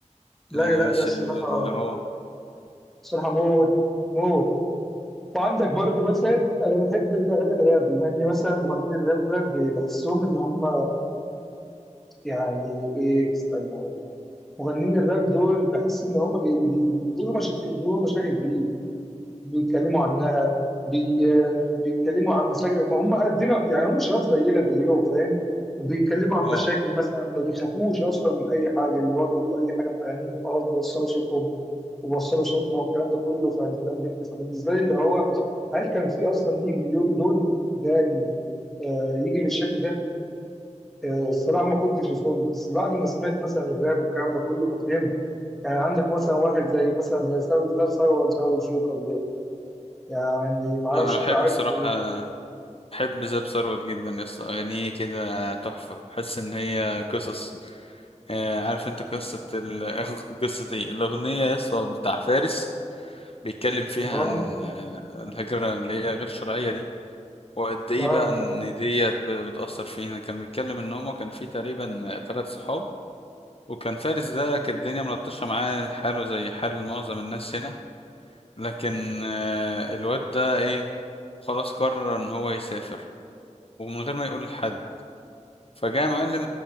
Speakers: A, in the centre; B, on the left (about 50°).
A: لا
B: م-
A: لا
B: مش
A: لا الصراحه
B: ال- اللي هو
A: الصراحه موت موت وعندك برضو مثلا انا بحب الاغاني الراب لان مثلا مغنيين الراب دول بي- بحسهم ان هم يعني ايه استنى أقول. مغنيين الراب دول بحس ان هم بي بي بيقولوا مشاكل بيقولوا مشاكل جديده بيتكلموا عنها بي... بيتكلموا عن مشاكل ما هم قدنا يعني هم شباب زينا زيهم فاهم بيتكلموا عن
B: اه
A: مشاكل مثلا ما بيخافوش اصلا من اي حاجه اللي هو بيقولوا اي حاجه في اغانيهم وخلاص بيوصلوا صوتهم وبيوصلوا صوتنا والكلام ده كله فانت كان بين- فبالنسبه لي اللي هو هل كان في اصلا يجي لو- لون اغاني آه، يجي بالشكل ده آه، الصراحه ما كنتش اظن بس بعد ما سمعت مثلا الراب والكلام ده كله ففهمت يعني عندك مثلا واحد زي مثلا زي ثروت ده وثروت ده والجوكر يعني ما اعرفش
B: انا
A: انت
B: بحب
A: عارفهم
B: بصراحة
A: ولا لا
B: بحب زاب ثروت جدا يس اغانيه كده تحفة بحس ان هي قصص آه، عارف انت قصة ال... <laughs> قصة ايه الاغنية يس بتاع فارس بيتكلم فيها
A: اه
B: عن آه، الهجرة اللي هي غير شرعية دي وقد ايه
A: اه
B: بقى ان ديت ب- بتأثر فينا كان بيتكلم ان هما كان في تقريبا ثلاث صحاب وكان فارس ده كانت الدنيا ملطشة معاه حاله زي حال معظم الناس هنا لكن آه، الواد ده ايه خلاص قرر ان هو يسافر ومن غير ما يقول لحد فجاء معلم